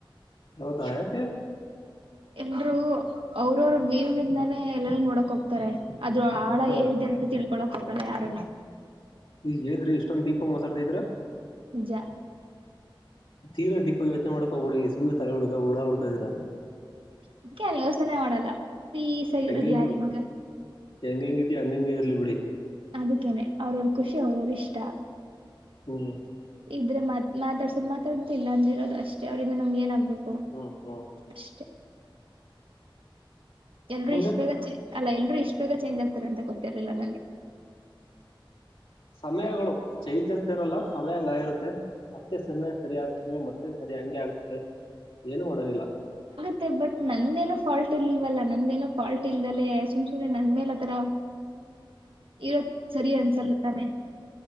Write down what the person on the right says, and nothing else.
ಎಲ್ರು ಅವ್ರವರು ವಿವಂದಾನೇ ಎಲ್ಲ ನೋಡಕ್ ಹೋಗ್ತಾರೆ ಅದು ಆಳ
ಏನಿದೆ ಅಂತ ತಿಳ್ಕೊಳಕ್ ಹೋಗಲ ಯರ ನ
ನಿಜ.
ಅದ್ಕೆ ನಾನ್ ಯೋಚ್ನೆ ಮಾಡಲ್ಲ ಆಗಿರೋದ್
ಯಾರ್ ಹೆಂಗ
ಅದಕ್ಕೇನೆ ಅವ್ರವ್ರ ಖುಷಿ ಅವ್ರವ ಇಷ್ಟ
ಇದ್ರೆ ಮಾತ್ ಮಾತಾಡ್ಸ್ ಮಾತಾಡ್ತಿಲ್ಲ ಅಂದಿರೋದು ಅಷ್ಟೇ ಅವ್ರ ನಮಗೆ ಏನ್ ಆಗ್ಬೇಕು
ಅಷ್ಟೇ. ಎಲ್ರು
ಇಷ್ಟು ಬೇಗ ಅಲ್ಲ ಎಲ್ರು ಇಷ್ಟು ಬೇಗ ಚೇಂಜ್ ಆಗ್ತಾರೆ ಅಂತ ಗೊತ್ತಿರ್ಲಿಲ್ಲ ನಂಗೆ
ಮ ಬಟ್ ನಂದೇನೋ ಫಾಲ್ಟ್ ಇಲ್ವಲ್ಲ ನಂದ್ದೇನೋ ಫಾಲ್ಟ್ ಇಲ್ದಲ ಸುಮ್ ಸುನೆ ನಂದ ಮೇಲೆತ್ರರ ಇತ್ ಸರಿ ಅನ್ಸಲ್ಲ ತಾನೆ